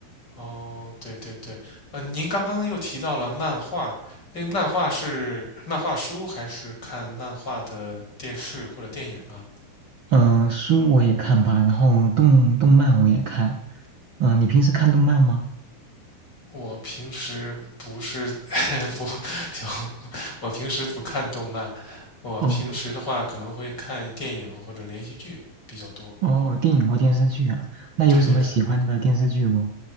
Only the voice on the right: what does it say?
呃，书我也看吧，然后动动漫我也看。呃，你平时看动漫吗？
哦哦，电影或电视剧啊？那有什么喜欢的电视剧不？